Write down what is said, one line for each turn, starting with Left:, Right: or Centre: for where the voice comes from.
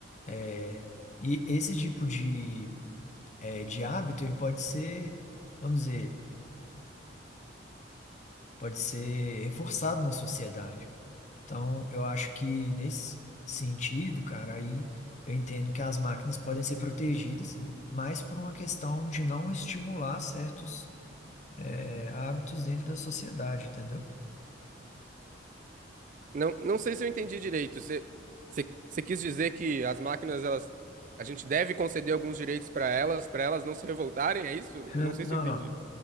Left: É, e esse tipo de, é, de hábito, ele pode ser, vamos dizer, pode ser reforçado na sociedade. Então, eu acho que nesse sentido, cara, aí eu entendo que as máquinas podem ser protegidas, mas por uma questão de não estimular certos é, hábitos dentro da sociedade, entendeu?
Right: Não, não sei se eu entendi direito. Você, você, você quis dizer que as máquinas, elas, a gente deve conceder alguns direitos para elas, para elas não se revoltarem, é isso?
Left: Hã,
Right: Eu não sei
Left: Não,
Right: se eu entendi.
Left: não.